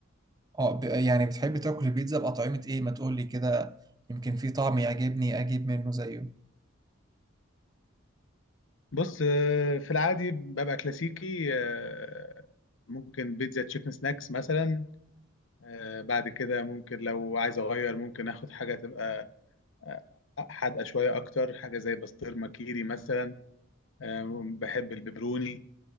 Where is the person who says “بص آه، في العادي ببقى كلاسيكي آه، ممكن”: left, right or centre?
Left